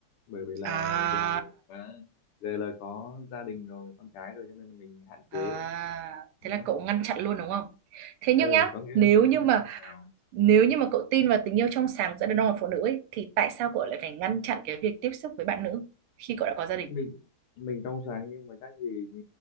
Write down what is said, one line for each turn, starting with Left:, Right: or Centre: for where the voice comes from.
Left: bởi vì là
Right: à,
Left: giờ à, giờ là có gia đình rồi con cái rồi cho nên là mình hạn
Right: à
Left: chế nhá
Right: thế là cậu ngăn chặn luôn đúng không thế nhưng
Left: ừ
Right: nhá
Left: có nghĩa
Right: nếu
Left: là ngăn
Right: như mà
Left: chặn như thế nào
Right: nếu như mà cậu tin vào tình yêu trong sáng giữa đàn ông và phụ nữ ấy, thì tại sao cậu lại phải ngăn chặn cái việc tiếp xúc với bạn nữ khi cậu đã có gia
Left: mình
Right: đình
Left: mình trong sáng nhưng mà chắc gì